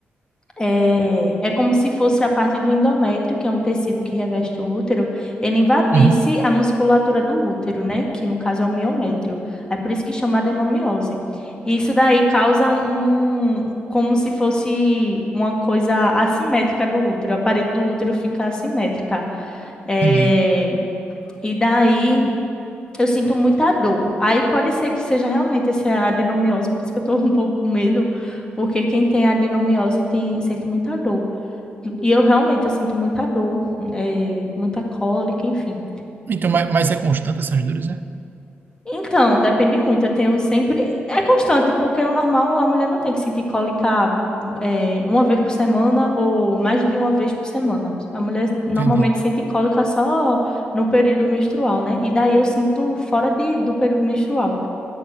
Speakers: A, on the left (about 20°); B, on the right (about 50°).
A: é, é como se fosse a parte do endométrio, que é um tecido que reveste o útero, ele invadisse
B: Uhum.
A: a musculatura do útero, né? Que no caso é o miométrio. É por isso que chama adenomiose. E isso daí causa um, um, como se fosse uma coisa assimétrica do útero, a parede do útero fica assimétrica. É,
B: Entendi.
A: e daí eu sinto muita dor. Aí pode ser que seja realmente essa adenomiose, por isso que eu tô um pouco com medo, porque quem tem adenomiose tem, sente muita dor. E eu realmente eu sinto muita dor, é, muita cólica, enfim.
B: Então, mas, mas é constante essas dores, né?
A: Então, depende muito. Eu tenho sempre. É constante, porque o normal a mulher não tem que sentir cólica é, uma vez por semana ou mais de uma vez por semana. A mulher normalmente
B: Entendi.
A: sente cólica só no período menstrual, né? E daí eu sinto fora de, do período menstrual.